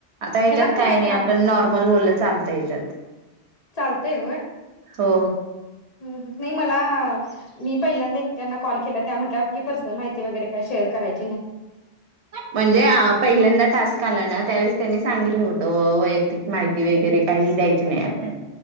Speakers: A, on the right; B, on the left.
A: आता ह्याच्यात
B: ह्याला पण
A: काय आणि
B: तर आहे
A: आपण
B: वाट
A: नॉर्मल बोल चालतय त्यात
B: चालतय होय.
A: हो
B: हम्म हम्म नाही मला मी पहिल्यांदा एकट्यांना कॉल केला त्या म्हटल्या की पर्सनल माहिती वगैरे काय शेअर करायचं
A: म्हणजे पहिल्यांदा टास्क आला ना त्यावेळेस त्यांनी सांगितलं होतं. वैयक्तिक माहिती वगैरे काही द्यायची नाही आपण